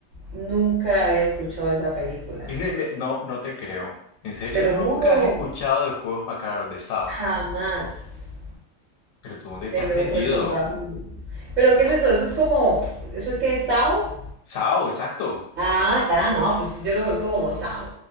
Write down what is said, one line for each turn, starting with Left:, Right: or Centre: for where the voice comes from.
Right: Nunca había escuchado esa película.
Left: Y ne- me- no, no te creo. ¿En serio
Right: Te lo
Left: nunca
Right: juro,
Left: has escuchado de juegos macabros de SAO?
Right: jamás.
Left: ¿Pero tú dónde te
Right: Te
Left: has
Right: lo
Left: metido?
Right: recontrajuro. Pero ¿qué es eso? Eso es como, ¿eso es que es Sao?
Left: SAO, exacto.
Right: Ah, ya, no, pues yo lo conozco como Sao.